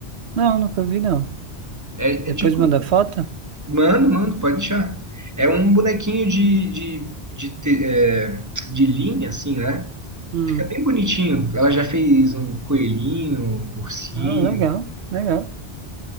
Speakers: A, on the right; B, on the right.
A: Não, nunca vi, não.
B: É,
A: Depois
B: é tipo,
A: manda foto?
B: mano, mano, pode deixar. É um bonequinho de, de, de, te- é, de linha, assim, né?
A: Hum.
B: Fica bem bonitinho. Ela já fez um coelhinho, um ursinho,
A: Ah, legal, legal.